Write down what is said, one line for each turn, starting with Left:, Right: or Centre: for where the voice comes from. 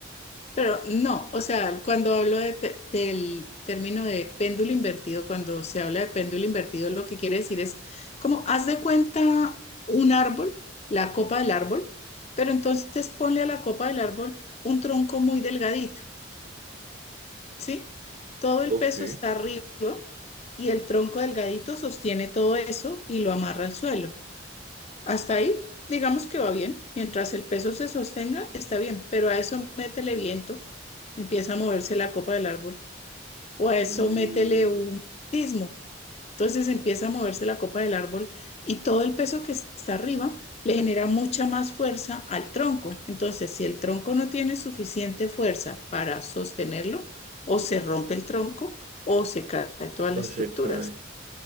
Left: Pero no, o sea, cuando hablo de te- del término de péndulo invertido, cuando se habla de péndulo invertido, lo que quiere decir es como haz de cuenta un árbol, la copa del árbol, pero entonces ponle a la copa del árbol un tronco muy delgadito ¿sí? Todo el
Right: Ok.
Left: peso está arriba y el tronco delgadito sostiene todo eso y lo amarra al suelo. Hasta ahí, digamos que va bien. Mientras el peso se sostenga, está bien, pero a eso métele viento, empieza a moverse la copa del árbol, o a eso
Right: Mm,
Left: métele un sismo entonces empieza a moverse la copa del árbol y todo el peso que está arriba le genera mucha más fuerza al tronco. Entonces, si el tronco no tiene suficiente fuerza para sostenerlo, o se rompe el tronco o se caen todas
Right: Oye,
Left: las estructuras.
Right: cae.